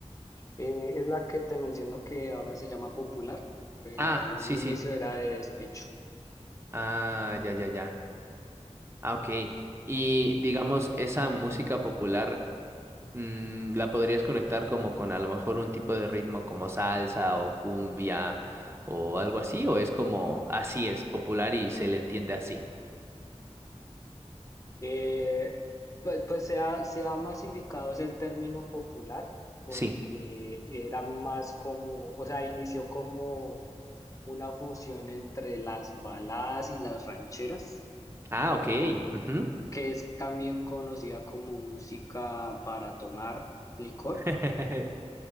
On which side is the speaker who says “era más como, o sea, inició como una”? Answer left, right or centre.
Left